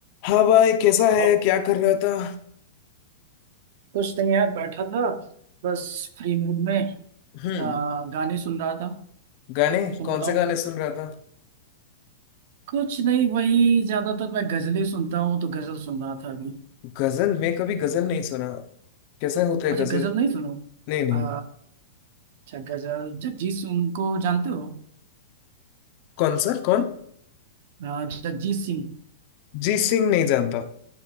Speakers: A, on the left; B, on the right.
A: हाँ भाई कैसा है
B: और
A: क्या कर रहा था
B: कुछ नहीं यार बैठा था बस फ्री मूड में
A: हम्म
B: आ, गाने सुन रहा था
A: गाने
B: तुम
A: कौन
B: बताओ
A: से गाने सुन रहा था
B: कुछ नहीं वही ज्यादातर मैं गजलें सुनता हूँ तो गजल सुन रहा था अभी
A: गजल मैं कभी गजल नहीं सुना कैसा होता है गजल
B: अच्छा गजल नहीं सुनो
A: नहीं नहीं
B: आ, अच्छा गजल जगजीत सिंह को जानते हो
A: कौन सा कौन
B: आ, जगजीत सिंह
A: जी सिंह नहीं जानता